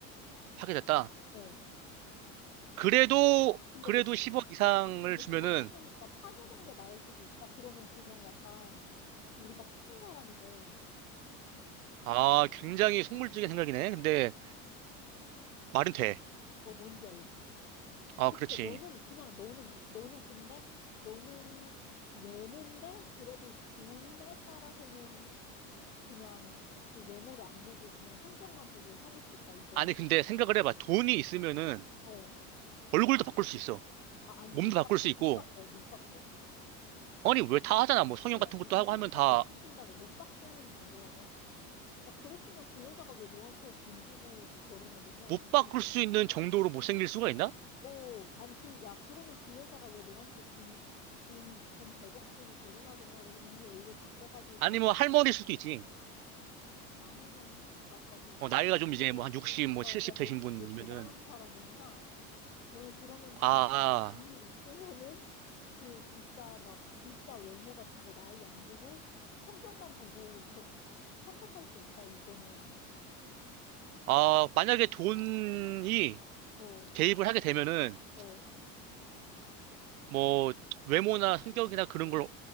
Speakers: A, on the right (about 75°); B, on the left (about 85°).
A: 파괴됐다.
B: 어.
A: 그래도,
B: 아, 근데, 아, 근데
A: 그래도
B: 너,
A: 10억
B: 아,
A: 이상을
B: 근데, 근데
A: 주면은,
B: 생각해보니까 파괴된 게 나을 수도 있다. 그러면 그냥 약간 우리가 착한 사람이 돼.
A: 아, 굉장히 속물적인 생각이네. 근데, 말은 돼.
B: 어, 뭔지 알지?
A: 아,
B: 그래서
A: 그렇지.
B: 너는 그냥 너는, 너는 근데 너는 외모인데 그래도 돈에 따라서는 그냥 그 외모를 안 보고 그냥 성격만 보고 사귈 수 있다. 이거네?
A: 아니, 근데 생각을 해봐. 돈이 있으면은,
B: 어.
A: 얼굴도 바꿀 수 있어.
B: 아, 아니,
A: 몸도
B: 못
A: 바꿀
B: 바꿔.
A: 수 있고,
B: 못 바꿔. 못 바꿔.
A: 아니, 왜 다 하잖아. 뭐 성형
B: 아니,
A: 같은
B: 아니,
A: 것도 하고
B: 이거는
A: 하면
B: 나
A: 다,
B: 못 바꾼다고, 못 바꾸는 정도라고 할게. 야, 그랬으면 그 여자가 왜 너한테 돈 주고 결혼하겠냐?
A: 못
B: 이게,
A: 바꿀 수 있는 정도로 못생길 수가 있나?
B: 어, 아니, 그, 야, 그러면 그 여자가 왜 너한테 돈, 돈, 돈 100억 주고 결혼하겠냐고 이미 얼굴 바꿔가지고
A: 아니,
B: 차,
A: 뭐 할머니일 수도 있지.
B: 아, 할머니? 아, 아, 너,
A: 어, 나이가 좀 이제
B: 너,
A: 뭐 한 60,
B: 너 진짜,
A: 뭐 70
B: 야,
A: 되신
B: 너,
A: 분이면은,
B: 너 대단한 사람이구나. 너는 그러면
A: 아,
B: 돈,
A: 아,
B: 돈이 있으면은 그 진짜 막 진짜 외모 같은 거 나이 안 보고 성격만 보고 겨, 선택할 수 있다 이거네.
A: 아, 만약에 돈이
B: 어,
A: 개입을 하게 되면은,
B: 어,
A: 뭐 외모나 성격이나 그런 걸